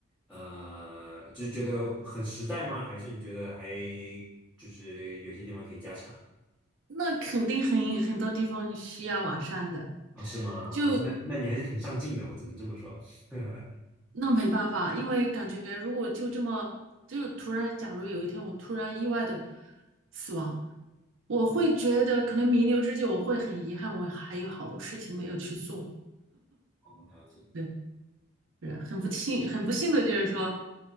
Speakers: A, in the centre; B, on the right (about 75°).
A: 呃，就是觉得很实在吗？还是你觉得还就是有些地方可以加强
B: 那肯定很很多地方需要完善的，
A: 啊？是吗？
B: 就
A: 哦，那那你还是挺上进的，我只能这么说。<laughs>
B: 那没办法，因为感觉如果就这么就突然，假如有一天我突然意外的死亡。我会觉得可能弥留之际，我会很遗憾，我还有好多事情没有去做。
A: 我了解。
B: 对，是很不幸，很不幸的就是说，